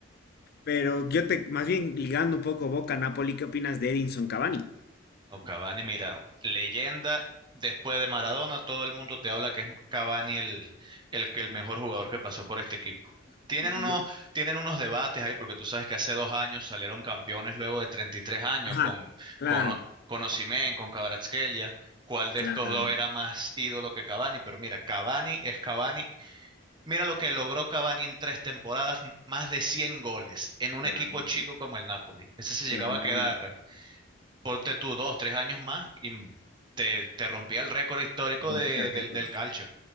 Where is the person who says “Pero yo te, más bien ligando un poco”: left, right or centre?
Left